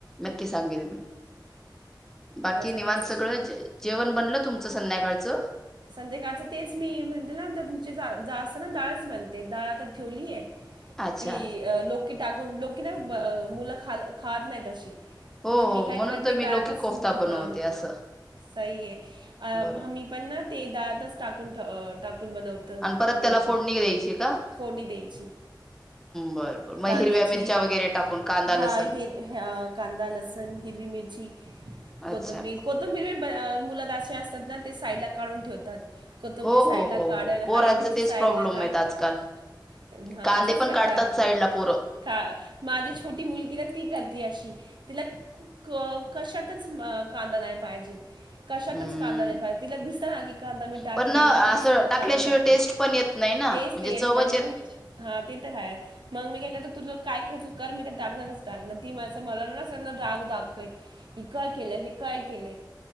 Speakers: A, in the centre; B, on the right.
A: नक्की सांगेल मी. बाकी
B: अं, सगळे
A: निवांत
B: कश
A: सगळं जेवण बनलं तुमच संध्याकाळचं संध्याकाळचं.
B: संध्याकाळच तेच मी म्हणते, ना तुमचे जास्त ना डाळच बनते डाळ आता ठेवलीय.
A: अच्छा
B: ती अ लोक की टाकून लोक की ना मुलं खा खात नाहीत अशी.
A: हो
B: मंग
A: हो
B: मी काय
A: म्हणून
B: करते
A: तर मी
B: डाळ,
A: लोकी कोफ्ता बनवते
B: हा
A: असं
B: सही हे अ
A: बरोबर
B: मंग मी पण ना. ते दातच टाकून बनवत
A: आणि परत
B: लोकी
A: त्याला फोडणी द्यायची का
B: फोडणी द्यायची
A: बर बर मग
B: कांद्याची
A: हिरव्या मिरच्या वगैरे टाकून कांदा
B: हा
A: लसण
B: कांदा, लसण, हिरवी मिरची, कोथंबीर,
A: अच्छा
B: कोथंबीर मुल तर असे आसतात, ना ते साईटला काढून ठेवतात. कोथंबीर
A: हो
B: साईड
A: हो
B: ला
A: हो
B: काढलं
A: हो पोरांच
B: हरी मिरची
A: तेच
B: साईडला
A: प्रॉब्लेम
B: काढलं
A: आहेत आजकाल
B: हा
A: कांदे
B: असंच
A: पण
B: करतात,
A: काढतात साईडला पोरं
B: का माझी छोटी मुलगी ना ती करते अशी. तिला क कशातच म कांदा नाही पाहिजेल. कशातच
A: हम्म
B: कांदा नाही पाहिजे, तिला दिस कांदा मी टाकले
A: पण ना
B: मग
A: असं
B: सगळं
A: टाकल्याशिवाय
B: काढून टाकते,
A: टेस्ट पण येत नाही ना
B: टेस्ट
A: म्हणजे
B: येत
A: चवच
B: नाही, मग हा ते तर हाय, मग मी काय करते, तुला काय करायचंय ते कर, मी तर टाकणारच. ती मां मला ना अस ना राग दाखवेल, हे काय केलं, हे काय केलंय.